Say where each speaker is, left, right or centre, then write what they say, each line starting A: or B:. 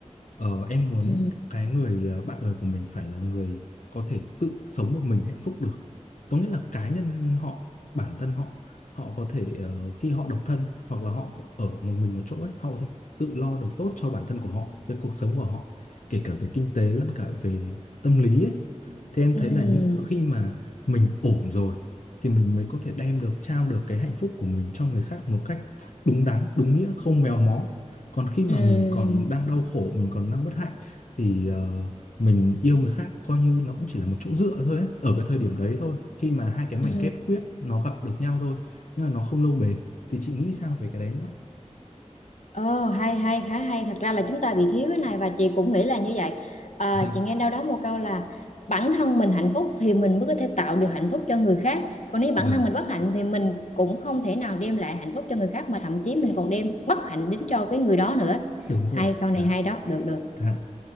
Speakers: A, on the left; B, on the left.
A: ờ, em muốn
B: ừ,
A: cái người ờ, bạn đời của mình phải là người có thể tự sống một mình hạnh phúc được có nghĩa là cá nhân họ bản thân họ họ có thể ờ, khi họ độc thân hoặc là họ có- ở một mình một chỗ ấy họ có thể tự lo được tốt cho bản thân của họ cái cuộc sống của họ kể cả về kinh tế lẫn cả về tâm lý ấy, thì em
B: ừ,
A: thấy là những khi mà mình ổn rồi thì mình mới có thể đem được trao được cái hạnh phúc của mình cho người khác một cách đúng đắn đúng nghĩa không méo mó còn khi mà
B: ừ,
A: mình còn đang đau khổ mình còn đang bất hạnh thì ờ, mình yêu người khác coi như nó cũng chỉ là một chỗ dựa thôi ấy. ở cái thời điểm đấy thôi khi mà hai cái mảnh
B: ừ.
A: ghép khuyết nó gặp được nhau thôi nhưng mà nó không lâu bền thì chị nghĩ sao về cái đấy nữa
B: Ồ, hay hay khá hay thật ra là chúng ta bị thiếu cái này và chị cũng nghĩ là như vậy à,
A: dạ
B: chị nghe đâu đó một câu là bản thân mình hạnh phúc thì mình mới có thể tạo được hạnh phúc cho người khác còn nếu bản
A: vâng
B: thân mình bất hạnh thì mình cũng không thể nào đem lại hạnh phúc cho người khác mà thậm chí mình còn đem bất hạnh đến cho cái người đó nữa
A: đúng rồi
B: hay
A: ạ
B: câu này
A: dạ
B: hay đó được được
A: dạ